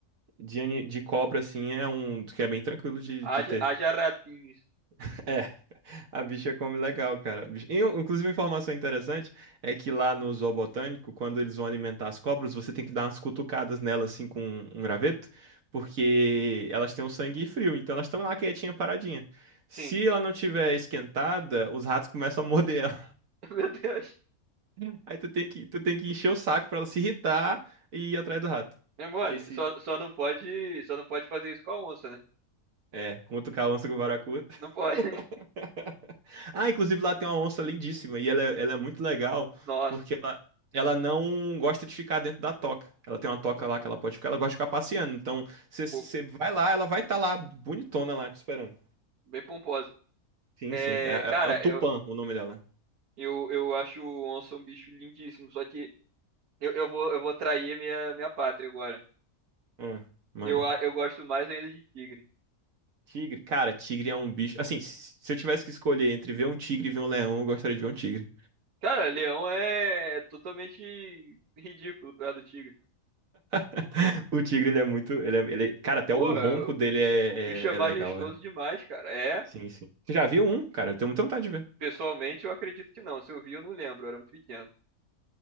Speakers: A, on the right; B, on the right.
A: de, ani- de cobra, assim, é um que é bem tranquilo de,
B: Haja,
A: de ter.
B: haja ratinhos.
A: <laughs> A bicha come legal, cara. A bicha- E, um- inclusive, uma informação interessante é que lá no zoo botânico, quando eles vão alimentar as cobras, você tem que dar umas cutucadas nelas assim com um um graveto, porque elas têm o sangue frio, então elas estão lá quietinha, paradinha. Se
B: Sim.
A: ela não tiver esquentada, os ratos começam a morder ela.
B: <laughs> Meu Deus.
A: <laughs> Aí tu tem que, tu tem que encher o saco pra ela se irritar e ir atrás do rato.
B: É mole.
A: Que esse
B: Só, só não pode, só não pode fazer isso com a onça, né?
A: é, cutucar a onça com o baracuta.
B: Não pode. <laughs>
A: <laughs> Ah, inclusive lá tem uma onça lindíssima e ela, é- ela é muito legal
B: Nossa,
A: porque ela, ela não gosta de ficar dentro da toca. Ela tem uma toca lá que ela pode ficar, ela gosta de ficar passeando. Então, você você
B: pô,
A: vai lá, ela vai estar lá bonitona lá te esperando.
B: bem pomposa.
A: Sim,
B: É,
A: sim. É,
B: cara,
A: é, é o Tupã
B: eu,
A: o nome dela.
B: eu, eu acho o onça um bicho lindíssimo, só que eu, eu vou, eu vou trair a minha, minha pátria agora.
A: Ah, manda.
B: Eu, a- eu gosto mais ainda de tigre.
A: Tigre, cara, tigre é um bicho. Assim, se se eu tivesse que escolher entre ver um tigre e ver um leão, eu gostaria de ver um tigre.
B: Cara, leão é totalmente ridículo perto do tigre.
A: <laughs> O tigre, ele é muito. Ele é, ele é- Cara, até
B: Pô,
A: o ronco dele é,
B: o bicho é
A: é,
B: majestoso
A: é legal, velho.
B: demais, cara. É.
A: Sim, sim. Você já viu um? Cara, eu tenho muita vontade de ver.
B: Pessoalmente, eu acredito que não. Se eu vi, eu não lembro. Eu era muito pequeno.